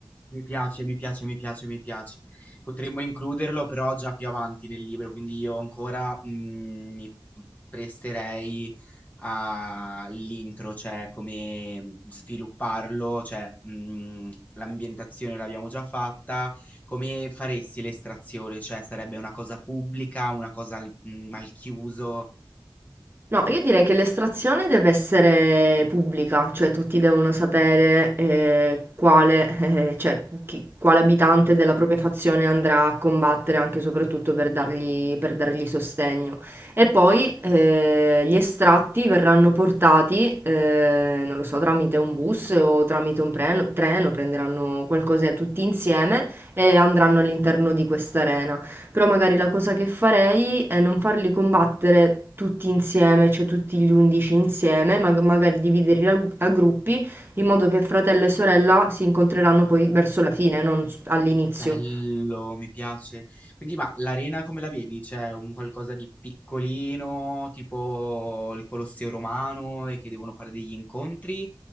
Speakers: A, on the left (about 20°); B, on the right (about 30°).
A: Mi piace, mi piace, mi piace, mi piace. Potremmo includerlo però già più avanti nel libro, quindi io ancora mm, mi presterei all'intro, cioè come svilupparlo, cioè mm, l'ambientazione l'abbiamo già fatta, come faresti l'estrazione, cioè sarebbe una cosa pubblica, una cosa al, mm, al chiuso.
B: No, io direi che l'estrazione deve essere pubblica, cioè tutti devono sapere eh, quale, <laughs> eh, cioè, chi- quale abitante della propria fazione andrà a combattere, anche e soprattutto per dargli, per dargli sostegno. E poi eh, gli estratti verranno portati, eh, non lo so, tramite un bus o tramite un preno- treno, prenderanno qualcosa tutti insieme e andranno all'interno di questa arena. Però magari la cosa che farei è non farli combattere tutti insieme, cioè tutti gli 11 insieme, ma magari dividerli a, a gruppi, in modo che fratello e sorella si incontreranno poi verso la fine, non s- all'inizio.
A: Bello, mi piace. Quindi, ma l'arena come la vedi? C'è un qualcosa di piccolino, tipo il Colosseo romano, e che devono fare degli incontri,